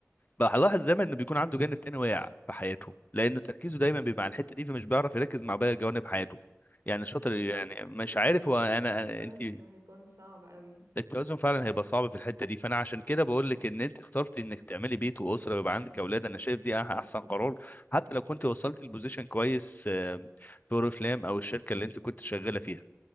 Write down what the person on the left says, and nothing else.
بلاحظ دايما انه بيكون عنده جانب تاني واقع في حياته لانه تركيزه دايما بيبقى على الحته دي فمش بيعرف يركز مع باقي جوانب حياته يعني الشاطر
يعني مش عارف هو انا
انت
التوازن فعلا هيبقى صعب في الحته دي فانا عشان كده بقول
لك ان انت اخترت انك تعملي بيت واسره ويبقى عندك اولاد انا شايف دي أح- احسن قرار حتى لو كنت وصلت البوزيشن كويس آم، في اوريفلام او الشركه اللي انت كنت شغاله فيها